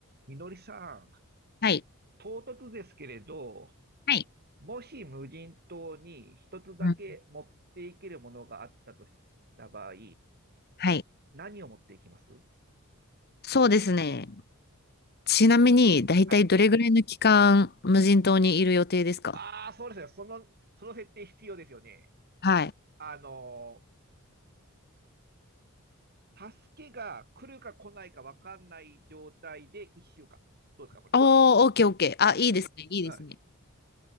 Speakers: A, on the right; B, on the left.
A: みのりさん、
B: はい。
A: 唐突ですけれど、
B: はい。
A: もし無人島に一つだけ持っていけるものがあったとした場合、
B: うん、はい。
A: 何を持っていきます
B: そうですね。ちなみに、だいたいどれぐらいの期間、
A: はい。
B: 無人島にいる予定ですか
A: ああ、そうですよ。その、その設定必要ですよね。
B: はい。
A: あのー、助けが来るか来ないか分かんない状態で1週間。どうですか、これね。
B: おー、オッケーオッケー。
A: うん、
B: あ、いいですね、いいですね。
A: うん、